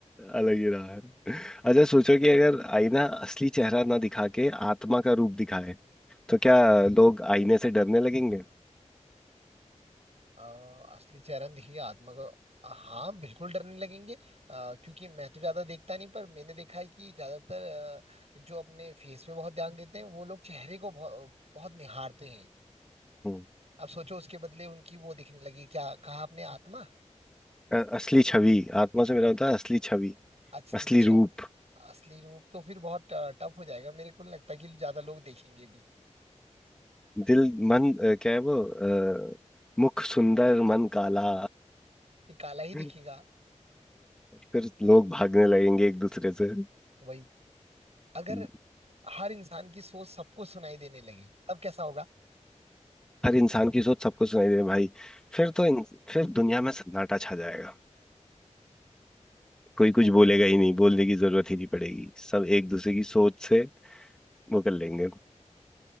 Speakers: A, in the centre; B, on the right.
A: अलग ही रहा है अच्छा सोचो कि अगर आईना असली चेहरा ना दिखा के आत्मा का रूप दिखाए तो क्या लोग आईने से डरने लगेंगे
B: अ, असली चेहरा देखिए आत्मा का हाँ बिल्कुल डरने लगेंगे अ, क्योंकि मैं तो ज्यादा देखता नहीं पर मैंने देखा है कि ज्यादातर अ, जो अपने फेस पे बहुत ध्यान देते हैं वो लोग चेहरे को बहुत, बहुत निहारते हैं
A: हम्म।
B: अब सोचो उसके बदले उनकी वो दिखने लगी क्या कहा आपने आत्मा
A: अ- असली छवि आत्मा से मेरा होता है असली छवि
B: असली
A: असली
B: छ,
A: रूप
B: असली रूप तो फिर बहुत टफ हो जाएगा मेरे को नहीं लगता कि ज्यादा लोग देखेंगे भी
A: दिल मन अ, क्या है वो अ, मुख सुंदर मन काला
B: फिर काला ही दिखेगा
A: अ, फिर लोग भागने लगेंगे एक दूसरे से
B: वही अगर
A: हम्म।
B: हर इंसान की सोच सबको सुनाई देने लगी तब कैसा होगा
A: हर इंसान की सोच सबको सुनाई दे भाई फिर तो इन, फिर दुनिया में सन्नाटा छा जाएगा कोई कुछ बोलेगा ही नहीं बोलने की जरूरत ही नहीं पड़ेगी सब एक दूसरे की सोच से वो कर लेंगे